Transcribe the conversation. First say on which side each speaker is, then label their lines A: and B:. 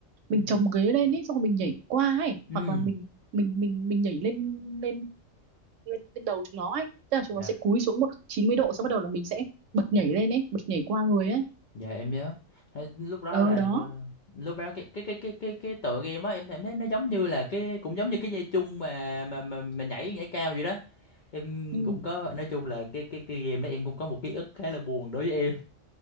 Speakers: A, on the right; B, on the left.
A: mình
B: ừ
A: chồng ghế lên ấy xong rồi mình nhảy qua ấy
B: ừ
A: hoặc là mình mình mình mình nhảy lên lên lên, lên đầu chúng nó ấy tức là chúng
B: dạ
A: nó sẽ cúi xuống một 90 độ sau bắt đầu là mình sẽ bật nhảy lên ấy bật nhảy qua người ấy
B: dạ em nhớ Thế lúc đó
A: ờ
B: Ừ. là
A: đó
B: lúc đó cái cái cái cái cái cái tựa game á em em thấy nó giống như là cái cũng giống như cái dây chung mà mà mà, mà nhảy nhảy cao vậy đó em
A: ừ.
B: cũng có nói chung là cái cái cái game đó em cũng có một ký ức khá là buồn đối với em